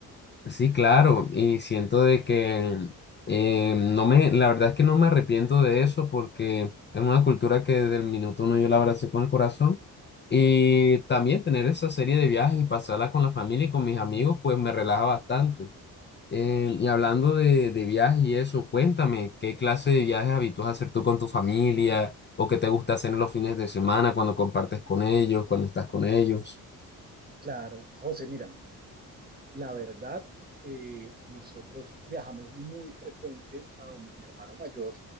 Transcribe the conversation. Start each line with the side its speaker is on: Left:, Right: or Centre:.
Left: Sí, claro, y siento de que eh, no me, la verdad es que no me arrepiento de eso porque es una cultura que desde el minuto uno yo la abracé con el corazón y también tener esa serie de viajes y pasarla con la familia y con mis amigos pues me relaja bastante. Eh, y hablando de, de viajes y eso, cuéntame, ¿qué clase de viajes habitúas a hacer tú con tu familia o qué te gusta hacer en los fines de semana cuando compartes con ellos, cuando estás con ellos?
Right: Claro, José, mira, La verdad, eh, nosotros viajamos muy frecuente a donde mi hermano mayor,